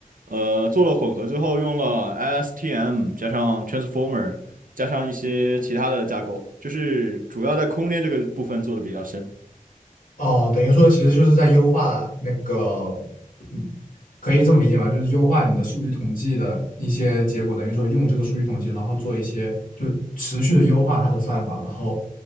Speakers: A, on the right; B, on the left.
A: 呃做了混合之后，用了 LSTM 加上 Transformer 加上一些其他的架构，就是主要在空间这个部分做的比较深。
B: 哦，等于说其实就是在优化那个，嗯可以这么理解吧？就是优化你的数据统计的一些结果，等于说用这个数据统计，然后做一些就持续的优化它的算法，然后